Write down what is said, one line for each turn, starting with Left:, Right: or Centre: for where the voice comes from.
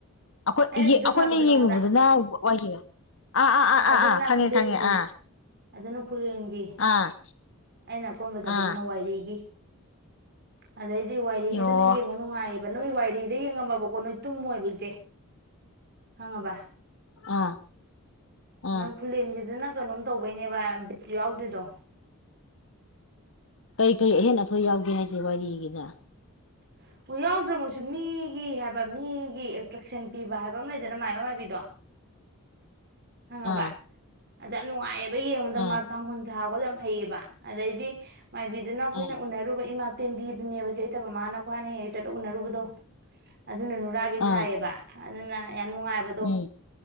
Left: ꯑꯈꯣꯏ
Right: ꯑꯩꯅ
Left: ꯌꯦ
Right: ꯚꯤꯗꯤꯑꯣ
Left: ꯑꯈꯣꯏꯅ
Right: ꯊꯥꯕꯗꯣ ꯅꯪꯉꯣꯟꯗ
Left: ꯌꯦꯡꯉꯨꯕꯗꯨꯅ ꯋꯥꯏꯔꯤꯔꯣ ꯑꯥ ꯑꯥ
Right: ꯑꯣ
Left: ꯑꯥ
Right: ꯑꯗꯨꯅ
Left: ꯑꯥ ꯈꯪꯉꯦ
Right: ꯈꯨꯂꯦꯟꯒꯤ
Left: ꯈꯪꯉꯦ ꯑꯥ
Right: ꯑꯗꯨꯅ ꯈꯨꯂꯦꯟꯒꯤ
Left: ꯑꯥ
Right: ꯑꯩꯅ ꯑꯀꯣꯟꯕ ꯆꯠꯄꯗꯨꯅ
Left: ꯑꯥ
Right: ꯋꯥꯏꯔꯤꯒꯤ ꯑꯗꯩꯗꯤ ꯋꯥꯏꯔꯤꯒꯤꯗꯨꯅ
Left: ꯑꯣ
Right: ꯌꯦꯡꯕ ꯅꯨꯡꯉꯥꯏꯌꯦꯕ ꯅꯣꯏ ꯋꯥꯏꯔꯤꯗ ꯌꯦꯡꯉꯃꯕ ꯀꯣ ꯅꯣꯏ ꯇꯨꯝꯃꯣꯏꯕ ꯏꯆꯦ ꯈꯪꯉꯕꯥ
Left: ꯑꯥ ꯑꯥ
Right: ꯅ ꯈꯨꯂꯦꯟꯒꯤꯗꯨꯅ ꯀꯅꯣꯝ ꯇꯧꯕꯩꯅꯦꯕ ꯕꯤꯠ ꯌꯥꯎꯗ꯭ꯔꯤꯗꯣ
Left: ꯀꯔꯤ ꯀꯔꯤ ꯑꯍꯦꯟ ꯑꯊꯣꯏ ꯌꯥꯎꯒꯦ ꯍꯥꯏꯁꯦ ꯋꯥꯏꯔꯤꯒꯤꯅ
Right: <inaudible> ꯌꯥꯎꯗ꯭ꯔꯃꯛꯁꯨ ꯃꯤꯒꯤ ꯍꯥꯏꯕ ꯃꯤꯒꯤ ꯑꯦꯇ꯭ꯔꯦꯛꯁꯟ ꯄꯤꯕ ꯍꯥꯏꯕ ꯑꯃ ꯂꯩꯗꯅ ꯃꯥꯏꯕ ꯃꯥꯏꯕꯤꯗꯣ ꯈꯪꯉꯕꯥ
Left: ꯑꯥ
Right: ꯑꯗ ꯅꯨꯡꯉꯥꯏꯌꯦ ꯕ ꯌꯦꯡꯕꯗ
Left: ꯑꯥ
Right: ꯃꯥ ꯇꯥꯡꯒꯨꯟ ꯁꯥꯕꯒꯥꯗꯣ ꯍꯩꯌꯦꯕ ꯑꯗꯩꯗꯤ ꯃꯥꯏꯕꯤꯗꯨꯅ ꯑꯩꯈꯣꯏꯅ
Left: ꯑꯥ
Right: ꯎꯅꯔꯨꯕ ꯏꯃꯥ ꯇꯦꯝꯕꯤꯗꯨꯅꯦꯕ ꯆꯦ ꯁꯩꯇꯕꯃꯥꯅ ꯈ꯭ꯋꯥꯏꯅꯤ ꯍꯦ ꯍꯦꯛ ꯆꯠꯂ ꯎꯅꯔꯨꯕꯗꯣ ꯑꯗꯨꯅ ꯅꯨꯔꯥꯕꯤ ꯁꯥꯏꯌꯦꯕ
Left: ꯑꯥ
Right: ꯑꯗꯨꯅ ꯌꯥꯝ ꯅꯨꯡꯉꯥꯏꯕꯗꯣ
Left: ꯎꯝ